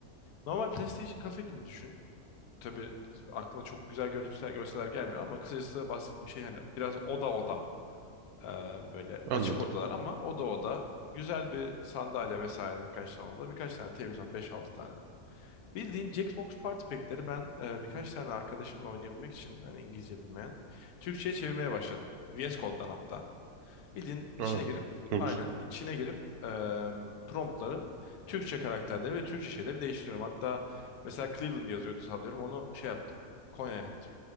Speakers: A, on the left; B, on the right.
A: normal PlayStation kafe gibi düşün. Tabii aklına çok güzel görüntüler, görseler gelmiyor ama kısacası bahsettiğim şey hani biraz oda oda e, böyle
B: Anladım.
A: açık odalar ama oda oda güzel bir sandalye vesaire birkaç tane oda, birkaç tane televizyon beş altı tane. Bildiğin Jackbox Party Pack'leri ben e, birkaç tane arkadaşımla oynayabilmek için hani İngilizce bilmeyen Türkçe'ye çevirmeye başladım. VS Code'dan hatta. Bildiğin içine
B: Aa,
A: girip
B: çok
A: aynen
B: güzel.
A: içine girip e, promptları Türkçe karakterleri ve Türkçe şeyleri değiştiriyorum. Hatta mesela Cleveland yazıyordu sanıyorum onu şey yaptım Konya yaptım.